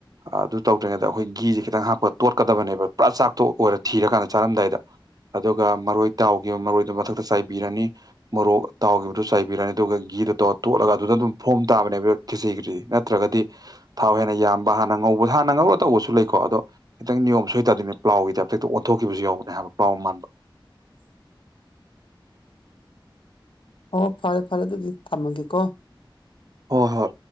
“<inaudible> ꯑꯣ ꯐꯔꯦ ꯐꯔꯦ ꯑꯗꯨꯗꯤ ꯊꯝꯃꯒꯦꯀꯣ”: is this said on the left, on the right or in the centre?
Left